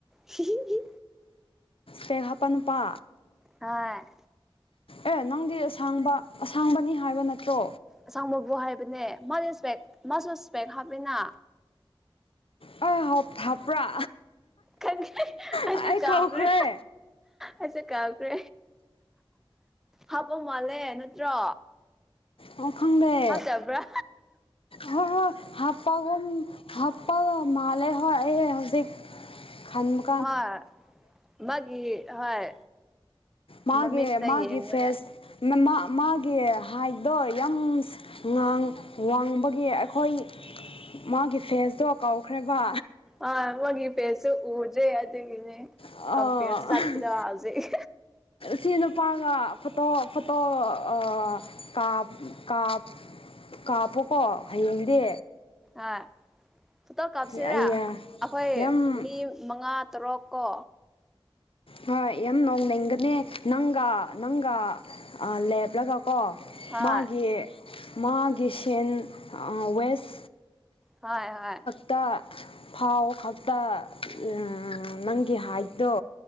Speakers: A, in the centre; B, on the left (about 80°).
A: ꯍꯤ ꯍꯤ ꯍꯤ
B: ꯀꯩ ꯍꯥꯞꯄꯥ ꯅꯨꯄꯥ
A: ꯍꯣꯏ
B: ꯑꯦ ꯅꯪꯗꯤ ꯑꯁꯥꯡꯕ ꯑꯁꯥꯡꯕꯅꯤ ꯍꯥꯏꯕ ꯅꯠꯇ꯭ꯔꯣ
A: ꯑꯁꯥꯡꯕꯕꯨ ꯍꯥꯏꯕꯅꯦ ꯃꯗꯤ ꯏꯁꯄꯦꯛ ꯃꯥꯁꯨ ꯏꯁꯄꯦꯛ ꯍꯥꯞꯄꯤꯅ
B: ꯑ ꯍꯥꯞ ꯍꯥꯞꯄ꯭ꯔꯥ
A: ꯈꯪꯉꯦ ꯑꯩꯁꯨ
B: ꯑꯩ
A: ꯀꯥꯎꯒ꯭ꯔꯦ
B: ꯀꯧꯈ꯭ꯔꯦ
A: ꯑꯩꯁꯨ ꯀꯥꯎꯈ꯭ꯔꯦ ꯍꯥꯞꯄꯥ ꯃꯥꯂꯦ ꯅꯠꯇ꯭ꯔꯣ
B: ꯑꯣ ꯈꯪꯗꯦ
A: ꯐꯠꯇꯕ꯭ꯔꯥ
B: ꯍꯣꯏ ꯍꯣꯏ ꯍꯥꯞꯄꯒꯨꯝ ꯍꯥꯞꯄꯒ ꯃꯥꯂꯦ ꯍꯣꯏ ꯑꯩ ꯍꯧꯖꯤꯛ ꯈꯟꯃꯛ
A: ꯍꯣꯏ ꯃꯥꯒꯤ ꯍꯣꯏ
B: ꯃꯥꯒꯤ
A: ꯃꯃꯤꯛꯇ
B: ꯃꯥꯒꯤ
A: ꯌꯦꯡꯕꯗ
B: ꯐꯦꯁ ꯃꯥ ꯃꯥ ꯃꯥꯒꯤ ꯍꯥꯏꯗꯣ ꯌꯥꯝ ꯁ ꯉꯥꯡ ꯋꯥꯡꯕꯒꯤ ꯑꯩꯈꯣꯏ ꯃꯥꯒꯤ ꯐꯦꯁꯇꯣ ꯀꯧꯈ꯭ꯔꯦꯕ
A: ꯑꯥ ꯃꯣꯏꯒꯤ ꯄꯦꯁꯁꯨ ꯎꯗ꯭ꯔꯦ ꯑꯗꯨꯒꯤꯅꯦ
B: ꯑ
A: ꯀꯝꯄ꯭ꯌꯥ ꯆꯠꯄꯗ ꯍꯧꯖꯤꯛ
B: ꯁꯤ ꯅꯨꯄꯥꯒ ꯐꯣꯇꯣ ꯐꯣꯇꯣ ꯑꯥ ꯀꯥꯞ ꯀꯥꯞ ꯀꯥꯞꯄꯨꯀꯣ ꯍꯌꯦꯡꯗꯤ
A: ꯑ ꯐꯇꯣ ꯀꯥꯞꯁꯤꯔꯥ
B: ꯑꯩꯌꯥ
A: ꯑꯩꯈꯣꯏ
B: ꯌꯥꯝ
A: ꯃꯤ ꯃꯉꯥ ꯇꯔꯨꯛ ꯀꯣ
B: ꯍꯣꯏ ꯌꯥꯝ ꯅꯣꯡꯅꯤꯡꯒꯅꯦ ꯅꯪꯒ ꯅꯪꯒ ꯑꯥ ꯂꯦꯞꯂꯒ ꯀꯣ
A: ꯍꯣꯏ
B: ꯃꯥꯒꯤ ꯃꯥꯒꯤ ꯁꯦꯟ ꯑꯥ ꯋꯦꯁ
A: ꯍꯣꯏ ꯍꯣꯏ
B: ꯇꯥ ꯐꯥꯎ ꯈꯛꯇ ꯎꯝ ꯅꯪꯒꯤ ꯍꯥꯏꯠꯇꯣ